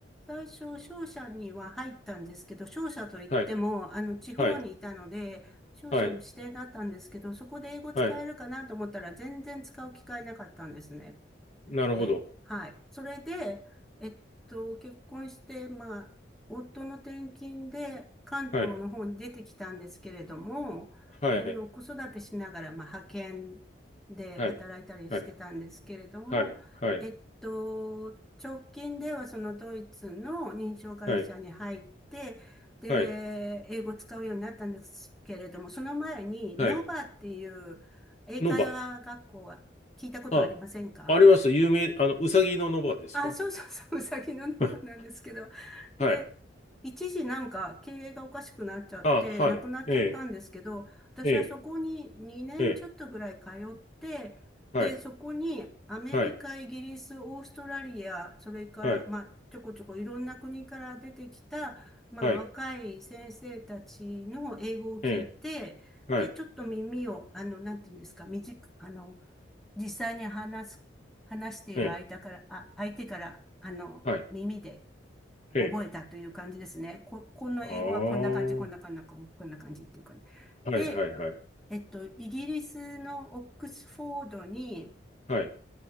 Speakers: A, in the centre; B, on the left (about 35°).
A: 最初、商社には入ったんですけど、商社といっても、
B: ええ、はい、
A: あの、地方にいたので、
B: はい、
A: 商社の指定だったんですけど、
B: はい、
A: そこで英語使えるかなと思ったら全然使う機会なかったんですね。
B: はい、なるほど。
A: ええ、はい。それで、えっと、結婚して、まあ、夫の転勤で関東の方に出てきたんですけれども、
B: はい、はい、
A: あの、子育てしながら、まあ、派遣で働いたりしてたんですけれども、
B: はい、はい、はい、はい、
A: えっと、直近ではそのドイツの認証会社に入って、
B: はい、
A: で、
B: はい、
A: 英語を使うようになったんですけれども、その前に、
B: はい、
A: ノバっていう英会話学校は聞いたことありませんか
B: ノバ。あ、あります。有名、あの、うさぎのノバですか
A: あ、そうそうそう、うさぎのノマなんですけど。
B: <laughs> はい
A: で、一時なんか経営がおかしくなっちゃって、
B: あ、はい。
A: なくなっちゃったんですけど、
B: ええ、
A: 私はそこに2年ちょっとぐらい通って、
B: ええ、ええ、はい、
A: で、そこにアメリカ、
B: はい、
A: イギリス、オーストラリア、それから、
B: はい、
A: まあ、ちょこちょこいろんな国から出てきた、まあ、
B: はい、
A: 若い先生たちの英語を聞いて、
B: ええ、はい、
A: で、ちょっと耳を、あの、なんていうんですか、短く、あの、実際に話す話している相手から、
B: ええ、
A: あ、相手から、あの、
B: はい、
A: 耳で
B: ええ、
A: 覚えたという感じですね。こ、この英語はこんな感じ、
B: ああ、
A: こんな感じ、
B: は
A: こんな感じっていうかね。
B: い、はい、
A: で、
B: はい、
A: えっと、イギリスのオックスフォードに、
B: はい、